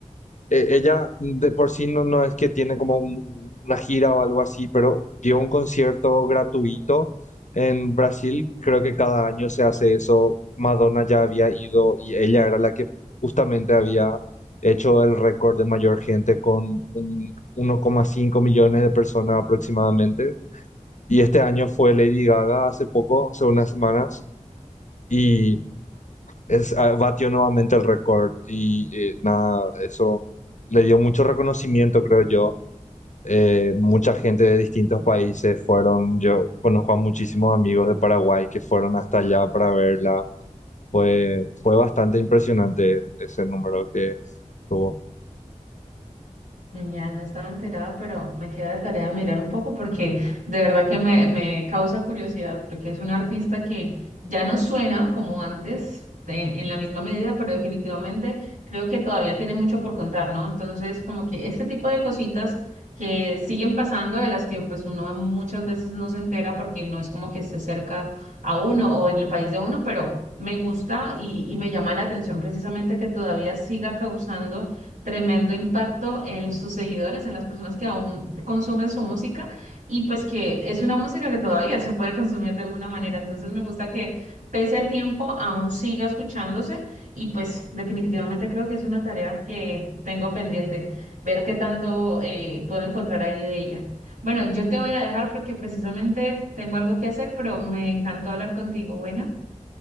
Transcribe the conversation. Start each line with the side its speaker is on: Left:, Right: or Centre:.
Left: eh, ella de por sí no, no es que tiene como un- una gira o algo así, pero dio un concierto gratuito en Brasil. Creo que cada año se hace eso. Madonna ya había ido y ella era la que justamente había hecho el récord de mayor gente con un 1,5 millones de personas aproximadamente. Y este año fue Lady Gaga hace poco, hace unas semanas. Y es, ah, batió nuevamente el récord y eh, nada, eso le dio mucho reconocimiento, creo yo. Eh, mucha gente de distintos países fueron, yo conozco a muchísimos amigos de Paraguay que fueron hasta allá para verla. Fue, fue bastante impresionante ese número que tuvo.
Right: Genial, no estaba enterada, pero me queda de tarea mirar un poco porque de verdad que me, me causa curiosidad porque es un artista que ya no suena como antes en, en la misma medida, pero definitivamente creo que todavía tiene mucho por contar, ¿no? Entonces, como que este tipo de cositas que siguen pasando, de las que pues uno muchas veces no se entera porque no es como que esté cerca a uno o en el país de uno, pero me gusta y, y me llama la atención precisamente que todavía siga causando tremendo impacto en sus seguidores, en las personas que aún consumen su música y pues que es una música que todavía se puede consumir de alguna manera. Entonces me gusta que pese al tiempo aún siga escuchándose y pues definitivamente creo que es una tarea que tengo pendiente, ver qué tanto eh, puedo encontrar ahí de ella. Bueno, yo te voy a dejar porque precisamente tengo algo que hacer, pero me encantó hablar contigo. Bueno.